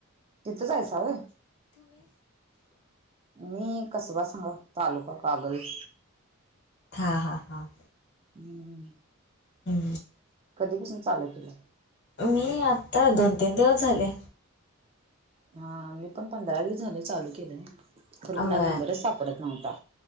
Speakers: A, on the right (about 30°); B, on the left (about 55°).
A: तिथंच आहेसाळ. मी कसबा <unintelligible> तालुका कागळी.
B: हा हा हा!
A: हू!
B: हू!
A: कधीपसून चालू केल!
B: मी आत्ता दोन तीन दिवस झाले.
A: हा मी पण पंधरा दिवस झाल चालू केलंय, खर
B: होय
A: कुणाचा नंबरच सापडत नव्हता.